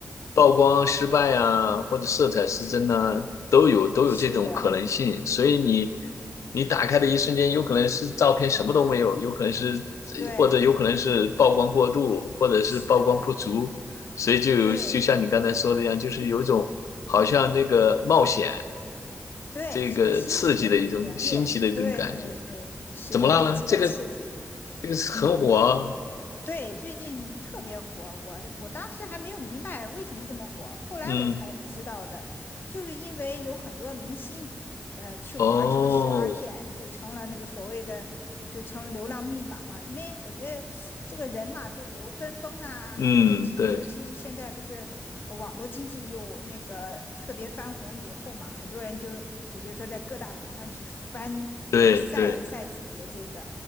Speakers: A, on the left; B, on the left.
A: 曝光失败啊，或者色彩失真呐、
B: 是
A: 都有都有这种可能性。
B: 是的，
A: 所以你你打开的一瞬间，有可能是照片什么都没有，有可能是
B: 对。
A: 或者有可能是曝光过度，或者是曝光不足。
B: 是的，
A: 所以就有就像你刚才说的一样，
B: 对
A: 就是有一种好像这个冒险、
B: 对，
A: 这个刺激的一种新奇的一种感觉。
B: 是的，新奇的那种恋，对对对，是的，
A: 怎么了呢？
B: 未知的刺激，
A: 这个这个是很火啊，
B: 嗯。对，最近特别火，我我当时还没有明白为什么这么火，后来我才知道的，
A: 嗯，
B: 就是因为有很多明星，呃，去玩这个撕拉片，
A: 哦，
B: 就成了那个所谓的，就成了流浪密码嘛。因为我觉得这个人嘛，就有跟风啊，
A: 嗯，
B: 还有猎奇，
A: 对
B: 尤其是现在不是呃网络经济又那个特别翻红以后嘛，很多人就就比如说在各大网站去翻，
A: 对对，
B: 呃，晒晒自己的这个。